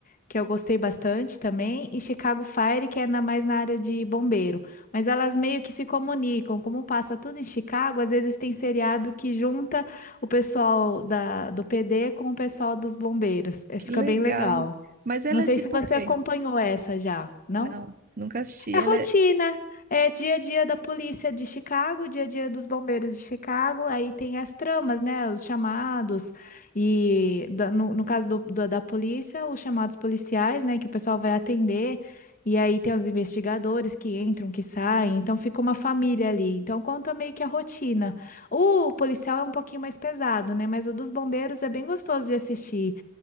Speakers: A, on the left; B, on the right.
A: que eu gostei bastante também, e Chicago Fire, que é na- mais na área de bombeiro. Mas elas meio que se comunicam, como passa tudo em Chicago, às vezes tem seriado que junta o pessoal da, do PD com o pessoal dos bombeiros. É,
B: Que
A: fica
B: legal.
A: bem legal.
B: Mas ela
A: Não sei
B: é tipo
A: se você
B: o quê?
A: acompanhou essa já, não?
B: Não, nunca assisti.
A: É
B: Ela
A: rotina,
B: é
A: é dia a dia da polícia de Chicago, dia a dia dos bombeiros de Chicago, aí tem as tramas, né? Os chamados, e da- no, no caso do- da da polícia, os chamados policiais, né? Que o pessoal vai atender, e aí tem os investigadores que entram, que saem, então fica uma família ali. Então conta meio que a rotina. O policial é um pouquinho mais pesado, né? Mas o dos bombeiros é bem gostoso de assistir,